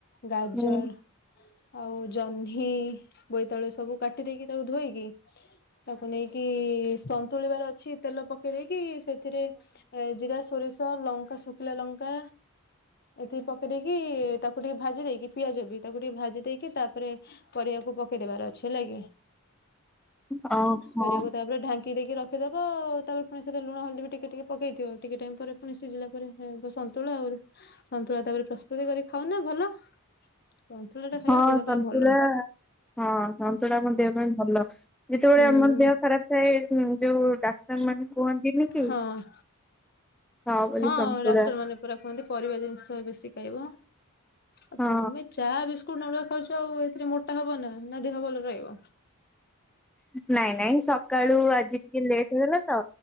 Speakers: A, on the left; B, in the centre.
A: ଗାଜର
B: ହୁଁ।
A: ଆଉ ଜହ୍ନି ବୋଇତାଳୁ ସବୁ କାଟି ଦେଇକି ତାକୁ ଧୋଇକି ତାକୁ ନେଇକି ସନ୍ତୁଳିବାର ଅଛି। ତେଲ ପକେଇ ଦେଇକି ସେଥିରେ ଜିରା ସୋରିଷ ଲଙ୍କା ଶୁଖିଲା ଲଙ୍କା ଏତିକି ପକେଇ ଦେଇିକି କି ତାକୁ ଟିକେ ଭାଜି ଦେଇକି ପିଆଜବି ତାକୁ ଟିକେ ଭାଜି ଦେଇକି ତାପରେ ପରିବାକୁ ପକେଇଦେବାର ଅଛି ହେଲା କି।
B: <inaudible> ଓହୋ
A: ପରିବାକୁ ତାପରେ ଢାଙ୍କି ଦେଇକି ର ଖି ଦବ ତାପରେ ପୁଣି ସେଇ ଯୋଉ ଲୁଣ ହଳଦୀ ବି ଟିକେ ଟିକେ ପକେଇଥିବ ଟିକେ ଟାଇମ୍ ପରେ ପୁଣି ସିଝିଲା ପରେ ସନ୍ତୁଳା ଆଉ ରୁ ସନ୍ତୁଳା ତାପରେ ପ୍ରସ୍ତୁତି କରି ଖାଉନ ଭଲ। ସନ୍ତୁଳା ଟା ଖାଇବ
B: ହଁ
A: ଦେହ ପାଇଁ
B: ସନ୍ତୁଳା
A: ଭଲ
B: ହଁ ସନ୍ତୁଳା ଟା ଆମ ଦେହ ପାଇଁ ଭଲ ଯେତେବେଳେ
A: ହୁଁ
B: ଆମର ଦେହ ଖରାପ ଥାଏ ଉଁ ଯୋଉ ଡା ସେମାନେ କୁହନ୍ତିନି କି
A: ହଁ
B: ଖାଅ ବୋଲି
A: ହଁ
B: ସନ୍ତୁଳା।
A: ଡାକ୍ତର ମାନେ ପୁରା କୁହନ୍ତି ପରିବା ଜିନିଷ ବେଶୀ ଖାଇବ ଆଉ
B: ହଁ
A: ତମେ ଚା ବିସ ସ୍କୁଟ୍ ନହେଲେ ଖାଉଛ ଆଉ ଏଥିରେ ମୋଟା ହବନିନା ନାଁ ଦେହ ଭଲରେ ରହିବ।
B: ନାଇଁ ନାଇଁ ସକାଳୁ ଆଜି ଟିକେ ଲେଟ୍ ହେଇଗଲା ତ